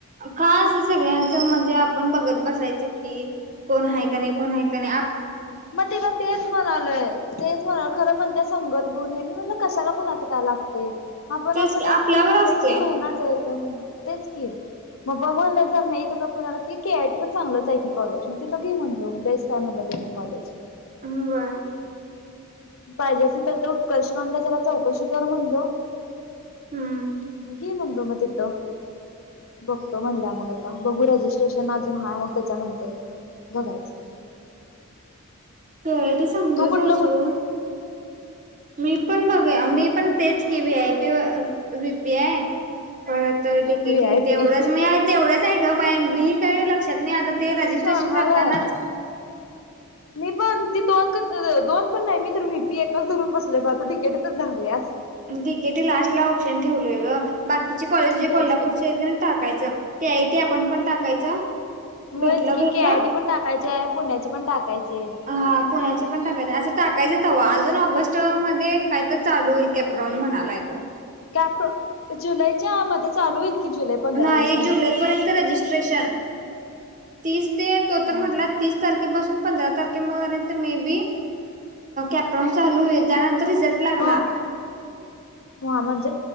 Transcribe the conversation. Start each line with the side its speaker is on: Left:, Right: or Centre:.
Right: का सगळ्यांच म्हणजे, आपण बघत बसायचं. की कोण हाय की नई कोण हाय की नई.
Left: मग तिला तेच म्हणालोय, तेच म्हणाल खरं <unintelligible> संगत गुण हे मी म्हणलं, कशाला कुणाचं काय लागते. आपण
Right: तेच
Left: आपण
Right: की
Left: एक
Right: आपल्यावर
Left: लय ई
Right: असते
Left: लय ले महिना जाईल. <unintelligible> तेंच की मग, बघु <unintelligible> जर नाही तुला कोणाला के आय टी चांगलंच आहे. की कॉलेज मग तिथं घे म्हटलो बेस्ट आ हे. म्हणालं, ते पण कॉलेज.
Right: होय.
Left: पाहिजे, असं तर ते उत्कर्ष कडन जरा चौकशी कर म्हणलो.
Right: हम्म
Left: हे म्हणलो मग तिथं. बघतो म्हणल्या मग आता. रजिस्ट्रेशन अजून हाय मग त्याच्यानंतर. बघायचं.
Right: के आय टी चांगच
Left: तू कुठलं
Right: जायच
Left: कुठलं
Right: हो. मी पण बघ मी पण तेच की V I P VP I परत डिकेटी
Left: व्ही आय
Right: तेवढच
Left: पी
Right: मीय तेवढंच आहे ग बाई. ता काही लक्षात नाही आ
Left: सांगालाय
Right: रजिस्टेशन करतानाच.
Left: मी पण ती दोन क द दोन पण नाही मी तर व्हीपी एकच धरून बसले बघ डी के टी तर धरल्यात.
Right: डीकेटी लास्ट ला ऑप्शन ठेवलय ग बाकीचे कॉलेज जे
Left: तेच
Right: कोल्हापूरचे
Left: की.
Right: एजंट आहात. टाकायच ते आ य टी आपण पण टाकायचं.
Left: होयच
Right: भेटल
Left: की
Right: भेटलं
Left: के आय टी पण टाकायची आहे पुण्याची पण टाकायची आहेत.
Right: हा पुण्याची पण टाकाय असं टाका. कायच हवं अजून ऑगस्ट मध्ये काय तर चालू होईल कॅपराऊंड म्हणाला य तो.
Left: कॅप जुलैच्या मध्ये चालू होईल. की जुलै पंधरा
Right: ना
Left: वीस
Right: ए
Left: नंतर.
Right: जुलै पर्यंत रजिस्ट्रेशन तीस. ते तो
Left: हा.
Right: तर म्हटला तीस तारखेपासून. पंधरा तारखे पर्यंत मे बी कॅपटाऊन चालू होईल. त्यानंतर रिझल्ट लागणार.
Left: मग हा म्हणजे